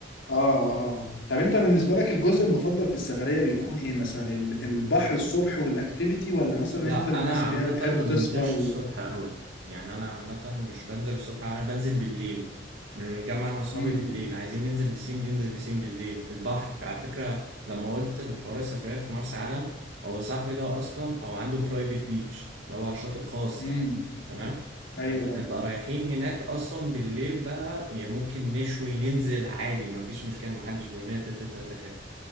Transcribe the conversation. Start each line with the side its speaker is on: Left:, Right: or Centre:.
Left: اه اه طب انت بالنسبة لك الجزء المفضل في السفرية بيكون ايه مثلا ال- البحر الصبح والاكتيفيتي ولا مثلا
Right: لا
Left: انت من الناس
Right: انا عامه
Left: اللي هي بتحب
Right: ما
Left: تسهر
Right: بنزلش
Left: و
Right: الصبح قوي يعني انا عامه مش بنزل الصبح أوي، انا بنزل بالليل بنتجمع انا واصحابي
Left: امم
Right: بالليل عايزين ننزل بسيم ننزل بسيم بالليل البحر في على فكره لما قلت الحوار السفريه في مرسى علم هو صاحبي ده اصلا او عنده برايفت بيتش اللي هو شاطئ خاص
Left: امم
Right: يعني تمام
Left: ايوه
Right: فبنبقى
Left: اه
Right: رايحين هناك اصلا بالليل بقى يعني ممكن نشوي ننزل عادي ما فيش مشكله ما حدش بيورينا تلت التلاته كام